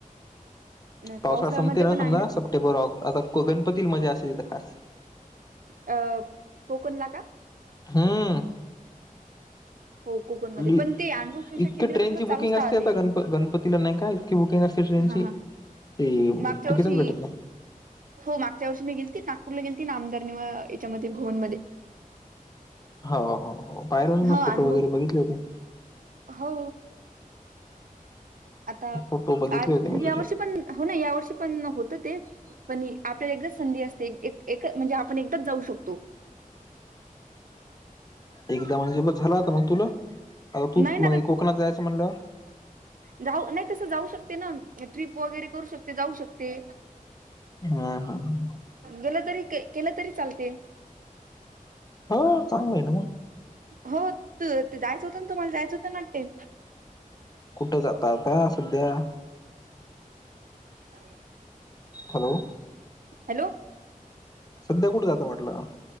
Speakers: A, on the right; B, on the left.
A: नाही
B: पावसाळा
A: पावसाळ्यामध्ये
B: संपते ना
A: पण
B: समजा
A: आहे
B: सप्टेंबर ऑक् आता क गणपतील मजा असते तीथं खास.
A: अ कोकणला का
B: हम्म
A: हो कोकणमध्ये
B: -णी्
A: पण ते अनुभव शिक्षा
B: इतक
A: केंद्राच
B: ट्रेनची
A: कसं चालूच
B: बुकिंग असते
A: राहते
B: आता गणप गणपतीला नाई का -की बुकिंग असते ट्रेनची
A: हा
B: की
A: हा मागच्या
B: टीकीटच
A: वर्षी
B: भेटत नाई.
A: हो मागच्या वर्षी मी गेलती नागपूरला गेलतील ना आमदार निवा याच्यामध्ये भुवनमध्ये
B: हाव हाव हाव पायळेन
A: हा
B: म फोटो
A: अनुभव
B: वगैरे बघितले होते.
A: हो आता
B: फोटो बघितले
A: आट
B: होते
A: म्हंजे
B: मी
A: यावर्षी
B: तुझे
A: पण हो ना या वर्षी पण होत ते. पणी आपल्याला एकदाच संधी असते एक एक म्हंजे आपण एकदाच जाऊ शकतो.
B: एकदा म्हंजे म झाला आता म तुला आता तू
A: नाही
B: त
A: ना
B: म कोकणात जायचं म्हणल्याव
A: जाऊ नाई तसं जाऊ शकते न ट्रिप वगैरे करू शकते जाऊ शकते.
B: हा हा ह
A: गेलं तरी के केलं तरी चालते.
B: हा चांगलंय न म.
A: हो त जायचं होतं ना तुम्हाला जायचं होतं न वाटते.
B: कुठं जाता आता सध्या.
A: अ
B: हॅलो.
A: हॅलो.
B: सध्या कुठे जातं म्हटलं?